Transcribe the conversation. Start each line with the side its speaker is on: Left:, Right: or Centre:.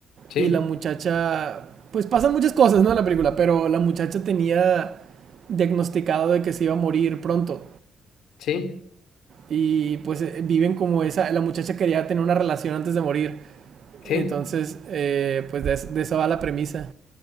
Left: ¿Sí?
Right: y la muchacha, pues pasan muchas cosas, ¿no? En la película, pero la muchacha tenía diagnosticado de que se iba a morir pronto
Left: ¿Sí?
Right: y pues eh, viven como esa, la muchacha quería tener una relación antes de morir
Left: ¿Sí?
Right: entonces, eh, pues de, es- de eso va la premisa.